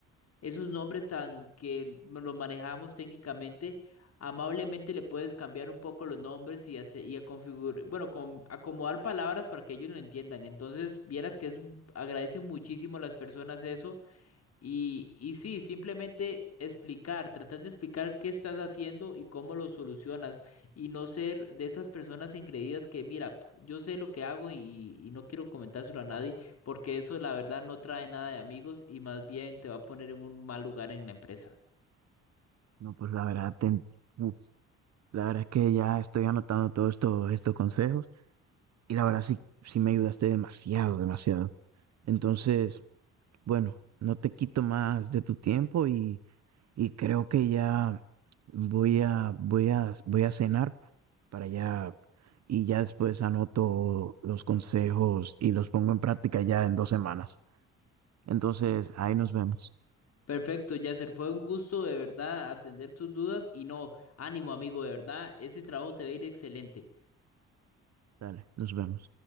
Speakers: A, on the left; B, on the right.
A: esos nombres tan que los manejamos técnicamente, amablemente le puedes cambiar un poco los nombres y, hace- y a configurar, bueno, con, acomodar palabras para que ellos lo entiendan. Entonces, vieras que es, agradecen muchísimo a las personas eso y, y sí, simplemente explicar, tratar de explicar qué estás haciendo y cómo lo solucionas y no ser de esas personas ingreídas que, mira, yo sé lo que hago y, y no quiero comentárselo a nadie porque eso la verdad no trae nada de amigos y más bien te va a poner en un mal lugar en la empresa.
B: No, pues la verdad, te en- uf, la verdad es que ya estoy anotando todos estos, estos consejos y la verdad sí, sí me ayudaste demasiado, demasiado. Entonces, bueno, no te quito más de tu tiempo y, y creo que ya voy a, voy a, voy a cenar. para allá y ya después anoto los consejos y los pongo en práctica ya en dos semanas. Entonces, ahí nos vemos.
A: Perfecto, Yasser, fue un gusto de verdad atender tus dudas y no, ánimo amigo, de verdad, ese trabajo te va a ir excelente.
B: Dale, nos vemos.